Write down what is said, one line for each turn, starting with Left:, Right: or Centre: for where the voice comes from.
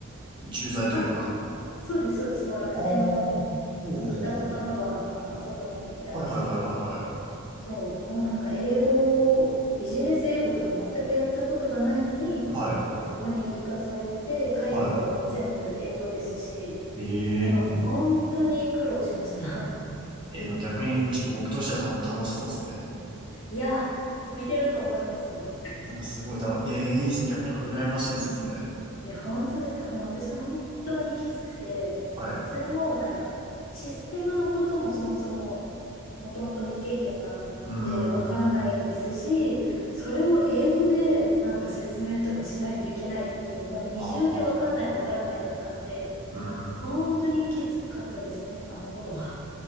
Right: 駐在というか。
Left: あ、そうです、そうです。もう楽天の二子玉川のあの、
Right: ああ、ほうほうほうほう。
Left: あそこにいたんですけど、
Right: はいはいはいは
Left: そう、もうなんか英語、ビジネス英語とか全くやったことがないのに、
Right: いはい。はい、
Left: そこに行かされて、会議とかも全部英語ですし、
Right: はい。
Left: なんかもう本当に苦労しました。
Right: えええー、でも逆に、ちょっと僕としてはた楽しそうですね。
Left: <laughs> うん。いや、向いてると思いますよ。
Right: なんかすごい楽、ええいいっすね。逆、なんか羨ましいです、
Left: うん。
Right: それ。
Left: いや、本当ですか。もう私本当にきつくて、
Right: はい。う
Left: それもなんかシステムのこともそもそももともと未経験なのでわからないですし、
Right: ーん。は
Left: それを英語でなんか説明とかしないといけないっていう、もう二重でわからないわからないだったので、
Right: あ、はあ、はあ、はあ。はあうーん。
Left: 本当にきつかったですね、あの頃は。